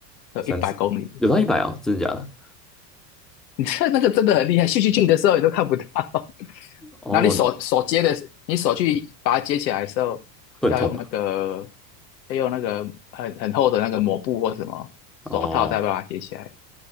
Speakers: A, on the left (about 85°); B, in the centre.
A: 有一百公里，
B: 三十有到一百哦，真的假的？
A: <laughs> 你知道那个真的很厉害，咻咻咻的时候你都看不到，<laughs>
B: 哦，
A: 然后你手手接的，你手去把它接起来的时候，
B: 会很痛吧？
A: 要用那个要用那个很很厚的那个抹布或什么手套才把它接起来。
B: 哦，